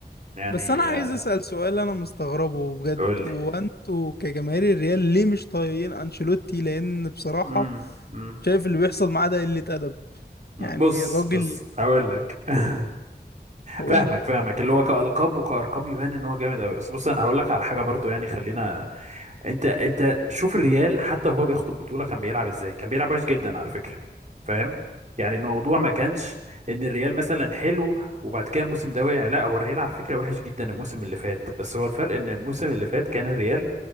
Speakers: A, on the right; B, on the left.
A: يعني
B: بس انا عايز
A: آه،
B: اسال سؤال انا مستغربه بجد
A: قول
B: وانتوا
A: لي
B: كجماهير الريال ليه مش طايقين انشيلوتي لان بصراحة
A: مم. مم.
B: شايف اللي بيحصل معاه ده قلة ادب يعني
A: بص
B: الراجل
A: بص هقول لك <laughs>
B: وقول
A: فاهمك
B: لي
A: فاهمك اللي هو كألقاب وكأرقام يبان ان هو جامد قوي بس بص انا هقول لك على حاجه برضو يعني خلينا انت انت شوف الريال حتى وهو بياخد البطوله كان بيلعب ازاي كان بيلعب وحش جدا على فكره فاهم يعني الموضوع
B: ما-
A: ما كانش ان الريال مثلا حلو وبعد كده الموسم ده وقع لا هو الريال على فكره وحش جدا الموسم اللي فات بس هو الفرق ان الموسم اللي فات كان الريال